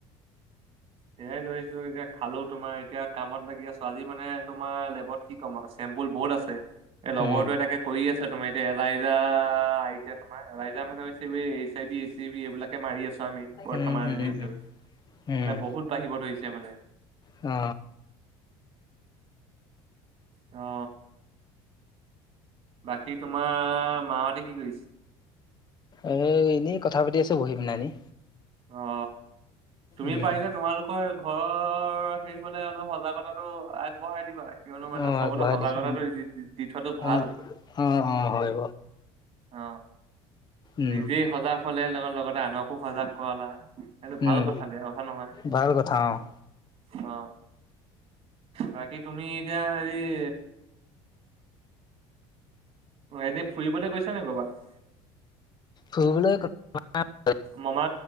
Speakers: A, on the right; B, on the left.
A: সয়াই লৈছো এতিয়া খালো তোমাৰ এতিয়া কামত লাগি আছো আজি মানে তোমাৰ লেবত কি চেম্পুল বহুত আছে এ লগৰো
B: উম,
A: এ তাকে কৰি আছে তোমাৰ এলাইজা আহইজা তোমাৰ এলাইজা মানে হৈছে H I V H I V এইবিলাক মাৰি আছো আমি বৰ্তমান
B: উম,
A: আজিৰ
B: উম,
A: দিনটোত
B: উম, উম,
A: মানে বহুত বাঢ়িব ধৰিছে মানে
B: অ
A: অ বাকী তোমাৰ মাহতে কি কৰিছে
B: এ এনেই কথা পাতি আছো বহি পিনা এনেই
A: অ তুমি
B: উম,
A: পাৰিলে তোমালোকৰ ঘৰ সেইফালে অলপ সজাগতাটো আগবঢ়াই দিবা কিয়নো মানে
B: অ',
A: চবতে
B: আগবঢ়াই
A: সজাগতাটো
B: দিছো
A: দি থোৱাটো ভাল
B: অ অ হয়
A: অ
B: উম,
A: নিজেই সজাগ হলে লগ লগতে আনক খু সজাগ কৰালা সেইটো ভাল
B: উম,
A: কথা বেয়া কথা নহয়
B: ভাল কথা অ',
A: <inaudible> অ বাকী তুমি এতিয়া হেৰি <inaudible> এনেই ফুৰিবলৈ গৈছা নে কৰ'বাত <inaudible>
B: ফুৰিবলৈ <inaudible>
A: মামা